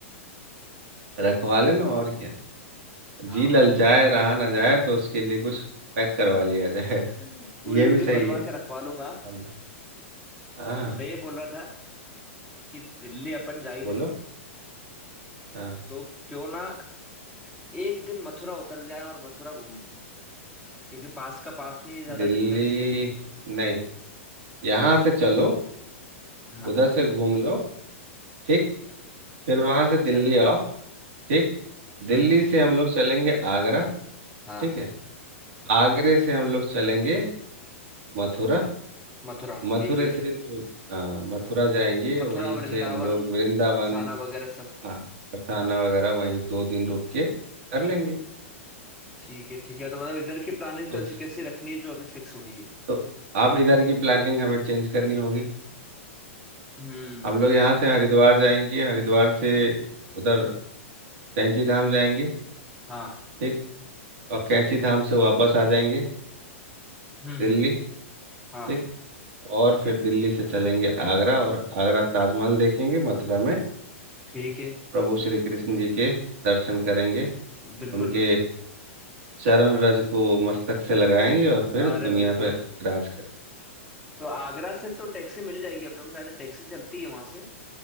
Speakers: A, on the right; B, in the centre.
A: रखवा लेना और क्या
B: हाँ
A: जी ललचाए
B: वही तो <laughs>
A: रहा ना जाए तो उसके लिए कुछ पैक करवा लिया जाए
B: पूरी
A: <laughs> ये
B: पूरी
A: भी सही
B: बनवा
A: है
B: के रखवा लूंगा
A: हेलो हाँ हाँ
B: मैं ये बोल रहा था कि दिल्ली अपन जा ही
A: बोलो
B: रहे
A: हाँ
B: तो क्यों ना एक दिन मथुरा उतर जाए और मथुरा घूम लें क्योंकि पास का पास में ये ज्यादा
A: दिल्ली
B: डिफरेंस है नहीं
A: नहीं यहाँ से चलो
B: हाँ
A: उधर से घूम लो ठीक फिर वहां
B: अच्छा
A: से दिल्ली
B: सा
A: आओ ठीक
B: हम्म
A: दिल्ली
B: हम्म,
A: से हम लोग चलेंगे आगरा
B: हाँ
A: ठीक है आगरे से हम लोग चलेंगे मथुरा
B: मथुरा
A: मथुरे
B: ठीक है
A: से जो हाँ मथुरा जाएंगे
B: मथुरा
A: वहीं
B: वृंदावन
A: से हम लोग वृंदावन
B: बरसाना वगैरह सब
A: हाँ और खाना वगैरह वहीं दो दिन रुक के कर लेंगे
B: ठीक है ठीक है तो मतलब इधर की प्लानिंग
A: तो
B: तो ऐसी कैसी रखनी है जो अभी फिक्स हुई है
A: तो अब इधर की प्लानिंग हमें चेंज करनी होगी
B: हम्म
A: हम लोग यहाँ से हरिद्वार जाएंगे हरिद्वार से उधर कैंची धाम जाएंगे
B: हाँ
A: ठीक और कैंची धाम से वापस आ जाएंगे
B: हम्म
A: दिल्ली
B: हम्म हाँ
A: ठीक और
B: ठीक
A: फिर दिल्ली
B: है
A: से चलेंगे आगरा और आगरा ताजमहल देखेंगे मथुरा में
B: ठीक है
A: प्रभु श्री कृष्ण जी के दर्शन करेंगे
B: बिल्कुल
A: उनके
B: बिल्कुल
A: चरण रज को मस्तक से लगाएंगे और फिर
B: अरे
A: दुनिया
B: बिल्कुल
A: पर राज कर
B: तो आगरा से तो टैक्सी मिल जाएगी अपने को शायद टैक्सी चलती है वहां से